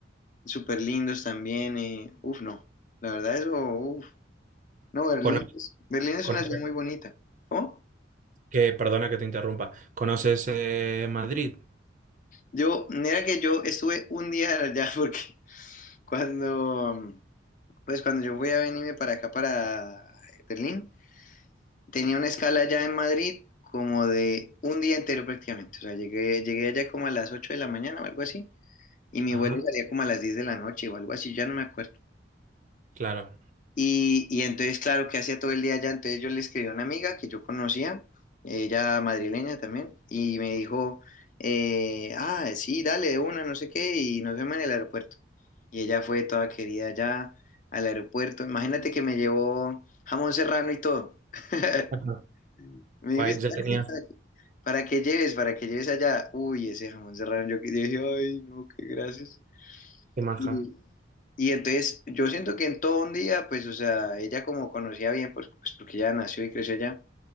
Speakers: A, on the left; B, on the right.
A: súper lindos también. eh, uf, no. La verdad, eso, uf. No, Berlín,
B: Cono-
A: es- Berlín es
B: cono-
A: una ciudad muy bonita. ¿Cómo?
B: que, perdona que te interrumpa. ¿Conoces eh, Madrid?
A: Yo, mira que yo estuve un día allá <laughs> porque cuando, mm, pues cuando yo fui a venirme para acá, para Berlín, tenía una escala allá en Madrid como de un día entero prácticamente. O sea, llegué, llegué allá como a las 8 de la mañana o algo así. Y mi
B: Ajá,
A: vuelo salía como a las 10 de la noche o algo así, ya no me acuerdo.
B: claro.
A: Y, y entonces, claro, que hacía todo el día allá? Entonces yo le escribí a una amiga que yo conocía, ella madrileña también, y me dijo, eh, ah, sí, dale, de una, no sé qué, y nos vemos en el aeropuerto. Y ella fue toda querida allá al aeropuerto. Imagínate que me llevó jamón serrano y todo. <laughs>
B: Ajá.
A: Me
B: Guay,
A: dijiste,
B: ya tenías
A: "Ah, sí, para que, para que lleves, para que lleves allá. Uy, ese jamón serrano, yo, que- yo dije, ay, no, qué gracias.
B: qué maja.
A: Y, y entonces yo siento que en todo un día, pues, o sea, ella como conocía bien, pues, pues porque ya nació y creció allá,